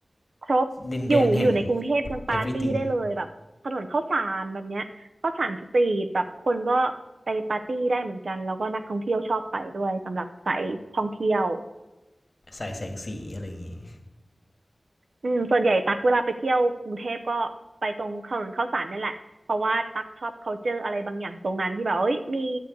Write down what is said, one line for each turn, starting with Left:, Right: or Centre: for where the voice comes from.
Right: ครบอยู่อยู่ในกรุงเทพยังปาร์ตี้ได้เลยแบบถนนข้าวสารแบบเนี้ยข้าวสารสตรีทแบบคนก็
Left: ดินแดนแห่ง everything
Right: ไปปาร์ตี้ได้เหมือนกันแล้วก็นักท่องเที่ยวชอบไปด้วยสำหรับสายท่องเที่ยว
Left: สายแสงสีอะไรอย่างงี้
Right: อืมส่วนใหญ่ตักเวลาไปเที่ยวกรุงเทพก็ไปตรงถนนข้าวสารนี่แหละเพราะว่าตักชอบ culture อะไรบางอย่างตรงนั้นที่แบบเอ้ยมี